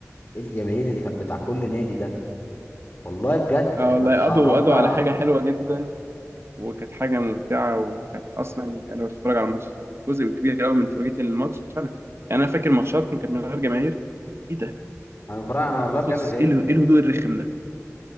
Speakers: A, on the left; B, on the right.
A: ايه الجماهير اللي كان بتاع كل نادي ده والله بجد
B: اه
A: احنا
B: والله
A: اتحرمنا
B: قضوا قضوا على حاجة حلوة جدا وكانت حاجة ممتعة وكانت أصلا أنا بتفرج على الماتش جزء كبير قوي من فرجتي للماتش عشان أنا يعني أنا فاكر ماتشات كانت من غير جماهير إيه ده؟
A: انا فرق انا والله
B: الصوت
A: بجد زهقت
B: إيه ال- إيه الهدوء الرخم ده؟